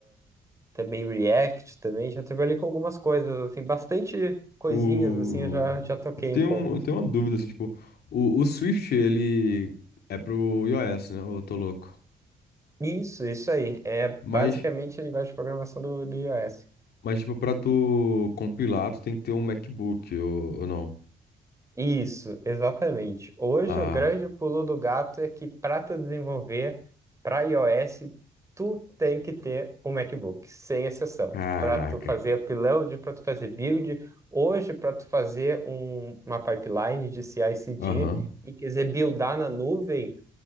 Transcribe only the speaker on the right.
também React também, já trabalhei com algumas coisas, assim, bastante coisinhas
assim, eu já, já toquei
um pouco.
Isso, isso aí. É
basicamente a linguagem de programação do, do iOS.
Isso, exatamente. Hoje
o grande pulo do gato é que para tu desenvolver para iOS, tu tem que ter um MacBook, sem exceção,
para tu fazer upload, para tu fazer build, hoje para tu fazer um- uma pipeline de CI/CD
e quiser buildar na nuvem,